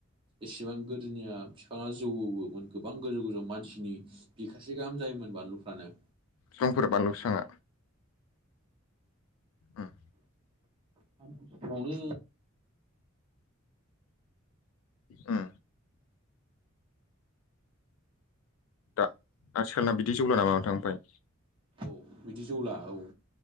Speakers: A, on the right; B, on the left.
A: एसेबां गोदोनिया आब। बिफाङा जौवोमोन गोबां गोजौ-गोजौ मानसिनि बिखासे गाहाम जायोमोन बानलुफ्रानो।
B: समफोर बानलु सङा। उम
A: सान समावनो।
B: ओ। दा आथिखाना बिदि जौला नामा नोंथां ओमफाय?
A: औ बिदि जौला औ।